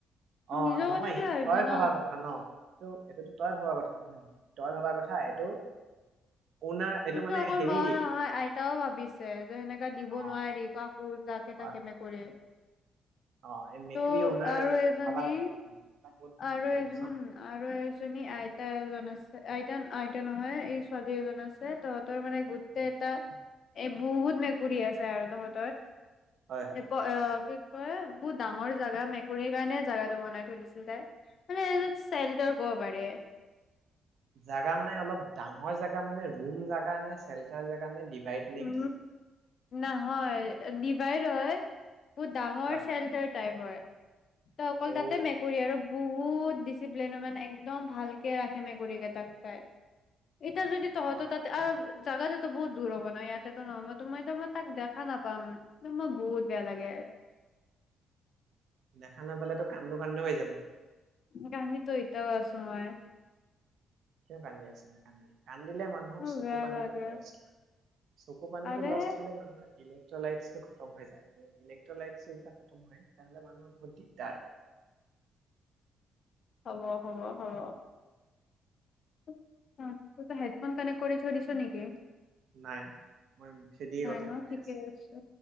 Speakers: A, on the right; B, on the left.
A: অ
B: নিজৰ
A: নহয়
B: কথাতে
A: সেইটোত
B: ভাবিব
A: তই
B: ন
A: ভবা কথা ন এইটো এইটোতো তই ভবা কথা নে নহয় তই ভবা কথা এইটো অ'নাৰ এইটো
B: তোৰতো
A: মানে
B: অকল
A: হেৰি
B: মন নহয় আইতাও ভাবিছে যে সেনেকা দিব
A: অ
B: নোৱাৰি কাকো যাকে
A: হয়
B: তাকে এনেকৈ
A: অ এই মেকৰী
B: ত'
A: অ'নাৰ
B: আৰু এজনী
A: ভাবা কথা উম, এইবিলাক বহুত
B: আৰু
A: টেনচন
B: এজন আৰু এজনী
A: উম,
B: আইতা এজন আছে আইতা আইতা নহয় এই স্বগী এজন আছে
A: হয়
B: তহতৰ মানে গুত্তে
A: উম,
B: তাত এই বহুত মেকুৰী আছে আৰু তহঁতৰ
A: হয় হয়
B: এ কি
A: উম,
B: কয় বহুত ডাঙৰ জোগা মেকুৰীৰ কাৰণে জোগাটো বনাই থয়ডিছিলে মানে এ চেল্টৰ ক'ব পাৰে
A: জোগা মানে অলপ ডাঙৰ জাগা মানে ৰুম জোগা নে সেলটৰ জেগা নে ডিভাইড নে
B: উ
A: কি
B: নহয় দি বাইিৰয় বহুত ডাঙৰ
A: হয়
B: চেলটাৰ টাইপ হয় ত অকল
A: অ
B: তাতে মেকুৰী আৰু বহুত ডিচিপ্লিনো মানে একদম ভালকে ৰাখে মেকুৰীকেইটাক চাই এতি যদি তহঁত
A: বাহ,
B: তাতে আৰু জাগটো টো বহুত দূৰ হব ইয়াতেতো নহ'ব তোমাক টো মই তাত দেখা নাপাম ত মোক বহুত বেয়া লাগে
A: দেখা নাপালেতো কান্দো কান্দো হৈ যাবা
B: কন্দিটো এতিয়াও আছোঁ মই
A: কিয় কান্দি আছা কান্দিলে মানুহৰ
B: মোৰ
A: চকু
B: বেয়া
A: পানীটো
B: লাগে
A: লষ্ট হয় চকু পানীটো
B: আৰে
A: লষ্ট হ'লে মানুহৰ ইলেক্ট্ৰলাইট টো গম পাইছা ইলেক্ট্ৰলাইট খতম হলে মানুহৰ বহুত দিগদাৰ
B: হ'ব হ'ব হ'ব <unintelligible> অ তইতো হেডফোন কানেক্ট কৰি থৈ দিছ নেকি এ
A: নাই নাই মই মুখেদিয়ে
B: নাই
A: কথা
B: ন
A: পাতি
B: ঠিকে
A: আছো
B: আছে